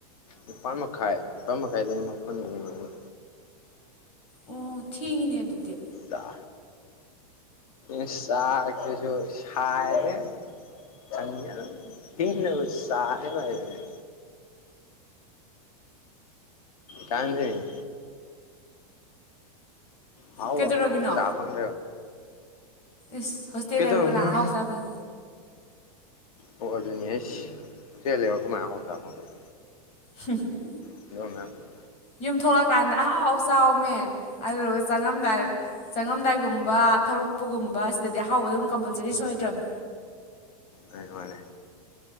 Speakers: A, on the left; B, on the left.
A: ꯅꯤꯄꯥꯥꯟ ꯃꯈꯥꯏ ꯅꯤꯄꯥꯥꯟ ꯃꯈꯥꯏꯗꯒꯤ ꯃꯄꯟꯕꯧꯒꯤ ꯃꯅꯨꯡꯗ
B: ꯑꯣ ꯊꯦꯡꯉꯤꯅꯦ ꯑꯗꯨꯗꯤ
A: ꯆꯥ ꯢꯁ ꯆꯥꯒꯦꯁꯨ ꯍꯥꯢꯔꯦ ꯆꯪꯉꯦ ꯑꯗꯨꯝ ꯄꯤꯛꯅꯕꯨ ꯆꯥꯔꯤꯃꯥꯜꯂꯦ ꯑꯗꯨꯝ ꯀꯥꯥꯟꯗ ꯍꯥꯎꯗꯣ
B: ꯀꯩꯗꯧꯔꯝꯃꯤꯅꯣ
A: ꯆꯥ ꯐ ꯑꯃꯦ
B: ꯏꯁ ꯍꯣꯁꯇꯦꯜ
A: ꯀꯩꯗꯧꯅꯤ
B: ꯂꯩꯔꯨ ꯀꯅꯥ ꯑꯍꯥꯎ ꯆꯥꯐꯝ
A: ꯑꯣ ꯑꯗꯨꯅꯦ ꯑꯁ ꯍꯣꯇꯦꯜ ꯂꯩꯔꯒ ꯀꯃꯥꯏꯅ ꯑꯍꯥꯎꯕ ꯆꯥꯕ ꯐꯪꯗꯨꯢꯅꯣ
B: ꯍꯨꯝ ꯍꯨꯝ
A: <unintelligible>
B: ꯌꯨꯝ ꯊꯣꯛꯂꯛꯀꯥꯟꯗ ꯑꯍꯥꯎ ꯑꯥꯎ ꯆꯥꯎꯃꯦ ꯑꯗꯨꯗꯨꯒ ꯆꯪ ꯆꯪꯉꯝꯗꯥꯏ ꯆꯪꯉꯝꯗꯥꯏꯒꯨꯝꯕ ꯊꯣꯛꯂꯛꯄꯒꯨꯝꯕ ꯁꯤꯗꯗꯤ ꯑꯍꯥꯎꯕ ꯑꯗꯨꯝ ꯀꯝꯄꯜꯁꯔꯤ ꯁꯣꯏꯗ꯭꯭ꯔꯕꯅꯤ
A: ꯑꯩ ꯅꯨꯉꯥꯢꯔꯦ